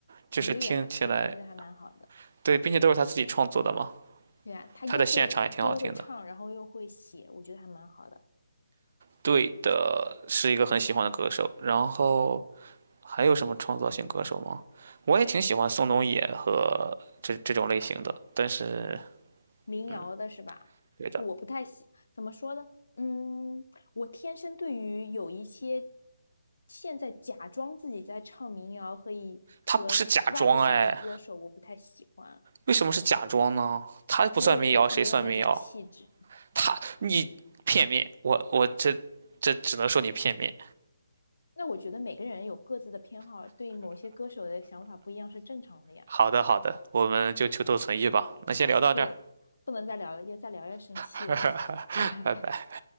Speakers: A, on the right (about 50°); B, on the left (about 75°).
A: 就是听起来
B: 我觉得也还对，我觉得还蛮好的。
A: 对，并且都是她自己创作的嘛，
B: 对啊，他又会他又会唱，
A: 她的现场也挺好听的。
B: 然后又会写，我觉得还蛮好的。
A: 对的，是一个很喜欢的歌手。然后还有什么创造型歌手吗？我也挺喜欢宋冬野和这这种类型的，但是
B: 民谣的是吧？
A: 嗯，对的，
B: 那我不太喜，怎么说呢？嗯，我天生对于有一些现在假装自己在唱民谣和以和
A: 他不是假装哎，
B: rap 型的歌手，我不太喜欢。
A: 为什么是假装呢？他不算民谣，
B: 因为我觉得他没有那种气质。
A: 谁算民谣？他你片面，我我这这只能说你片面。
B: 那我觉得每个人有各自的偏好，对某些歌手的想法不一样是正常的呀。
A: 好的好的，我们就求同存异吧。那先聊到这儿，
B: 对，不能再聊了，又再聊要生气了，
A: <laughs>
B: <laughs> 拜拜。
A: 拜拜。